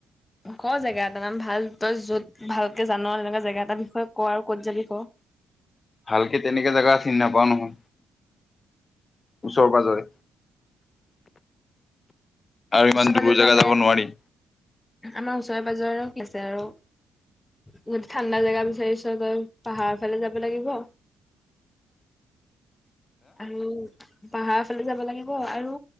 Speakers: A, on the left (about 15°); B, on the left (about 30°).
A: ক জেগা এটা নাম। ভাল তই য'ত ভালকে জান'। এনেকুৱা জেগা এটাৰ বিষয়ে ক আৰু ক'ত যাবি ক।
B: ভালকে তেনেকে জেগা চিনি নাপাওঁ নহয়। ওচৰে পজৰে। আৰু ইমান
A: ওচৰে পাজৰেতো
B: দূৰ জেগা
A: আমাৰ
B: যাব
A: ইয়াত
B: নোৱাৰি।
A: আমাৰ ওচৰে পাজৰে আছে আৰু। যদি ঠাণ্ডা জোগা বিচাৰিছ গৈ পাহাৰৰ ফালে যাব লাগিব।
B: <unintelligible>
A: আৰু। পাহাৰ ফালে যাব লাগিব আৰু,